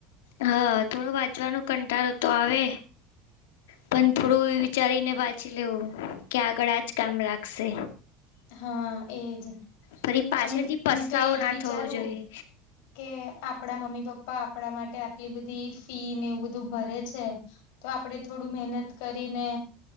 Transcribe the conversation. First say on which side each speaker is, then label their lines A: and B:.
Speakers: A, on the left; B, on the left.
A: હ, થોડો વાંચવાનો કંટાળો તો આવે. પણ થોડું એ વિચારીને વાંચી લેવું, કે આગળ આજ કામ લાગશે.
B: હ, એજ.
A: ફરી પાછળથી
B: અને હું
A: પસ્તાવો
B: તો એજ
A: ના
B: વિચારું,
A: થવો જોઈએ
B: કે આપણા મમ્મી-પપ્પા. આપણા માટે આટલી બધી ફી ને એવું બધું ભરે છે. તો આપણેે થોડું મહેનત કરીને.